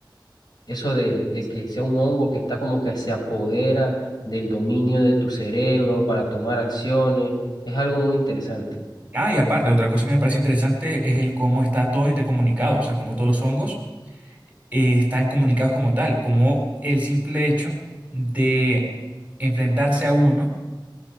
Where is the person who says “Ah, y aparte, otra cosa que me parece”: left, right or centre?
Right